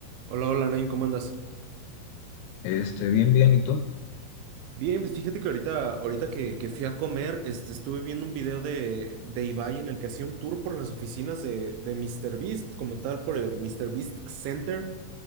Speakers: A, on the right; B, on the left.
A: Hola, hola, Nain, ¿cómo andas?
B: Este, bien, bien, ¿y tú?
A: Bien, pues fíjate que ahorita, ahorita que, que fui a comer, este, estuve viendo un video de, de Ibai en el que hacía un tour por las oficinas de, de míster Beast como tal, por el míster Beast Center.